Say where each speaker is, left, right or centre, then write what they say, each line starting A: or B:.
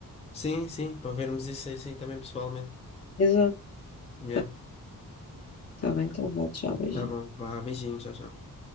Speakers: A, on the left; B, on the left.
A: Sim, sim, para vermos isso assim também pessoalmente.
B: Exato.
A: Yeah.
B: Tá, tá bem, tá bom. Tchau, beijinho.
A: Tá bom, vá, beijinho, tchau, tchau.